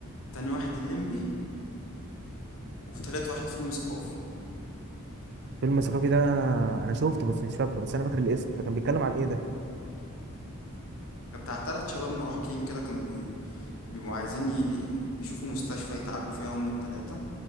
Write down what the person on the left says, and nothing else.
تاني واحد الليمبي وتالت واحد فيلم ثقافي
ده بتاع تلات شباب مراهقين كده كانوا بي... بيبقوا عايزين ي... يشوفوا مستشفى يتعالجوا فيها هما التلاتة